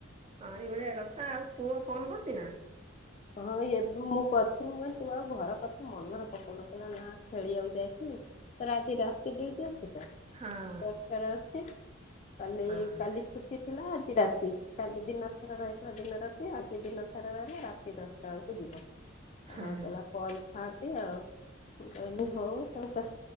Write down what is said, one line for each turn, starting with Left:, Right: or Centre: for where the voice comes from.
Right: ହଁ ଏଇଭଳିଆ କଥା ଆଉ ପୁଅ ଫୋନ କରୁଛି ନା?
Left: ହଁ ଏବେ ମୁଁ କରିଥିଲି ମୁଁ କହିଲି ତୁ ଆଉ ଘର କଥା ମନରେ ପକଉନୁ କହିଲା ନା ଖେଳିବାକୁ ଯାଇଥିଲୁ? ତାର ଆଜି ରାତି ଡ୍ୟୁଟି ଅଛିତ।
Right: ହଁ।
Left: ଅଛି କାଲି
Right: ହଁ
Left: କାଲି ଛୁଟିଥିଲା ଆଜି ରାତି କାଲି ଦିନ ସାରା ରହିଥିଲା ଦିନ ରାତି ଆ ସେ ଦିନ ସାରା ରହିଲା ରାତି ଦଶଟା ବେଳକୁ ଯିବ
Right: ହଁ
Left: ଆଉ କଇଲା ପରି ଥାନ୍ତି ଆଉ ମୁଁ କହିନି ହଉ ତାଙ୍କ